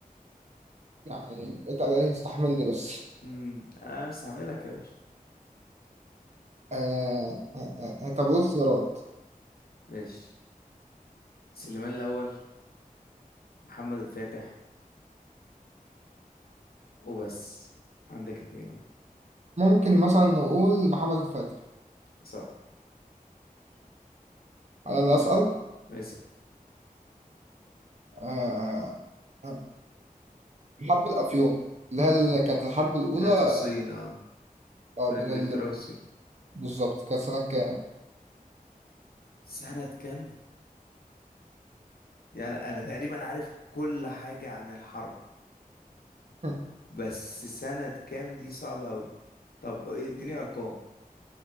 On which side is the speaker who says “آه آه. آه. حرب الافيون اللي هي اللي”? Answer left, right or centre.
Right